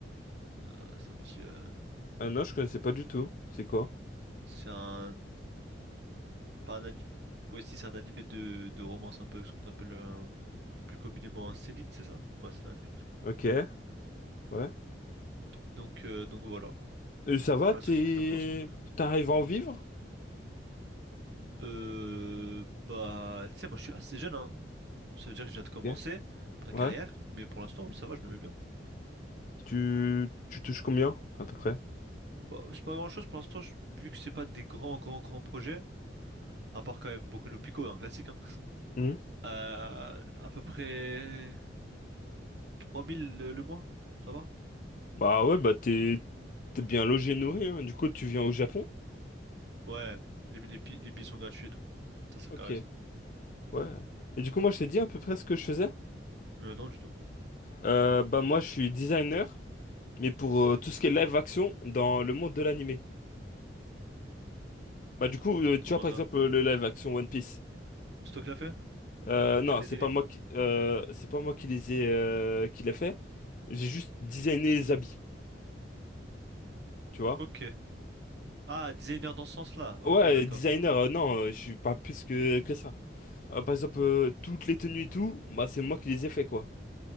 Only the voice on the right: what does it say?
Euh, C'est un petit. euh,
C'est un. Pas un ani- Ouais, si, c'est un animé de, de romance un peu, ce qu'on appelle euh, plus communément un seinen, c'est ça? Ouais, c'est un seinen.
Donc, euh, donc voilà.
Voilà
ce que j'ai pu faire pour l'instant.
Euh, bah, tu sais, moi je suis assez jeune, hein. Ça veut dire que je viens de commencer
ma
carrière, mais pour l'instant, oui, ça va, je me mets bien.
Bon, c'est pas grand-chose pour l'instant, je- vu que c'est pas des grands, grands, grands projets, à part quand même Boku no Pico, un classique, hein.
Euh, à peu près 3000 le, le mois, ça va?
Ouais, les, les, pi- les billets sont gratuits et tout. Ça, ça
me carré, ça.
Euh, non, du tout.
Comment
ça?
C'est toi qui l'as fait?
C'est
toi qui l'as
designé,
tu vois.
Ok. Ah, designer dans ce sens-là. Ok,
d'accord.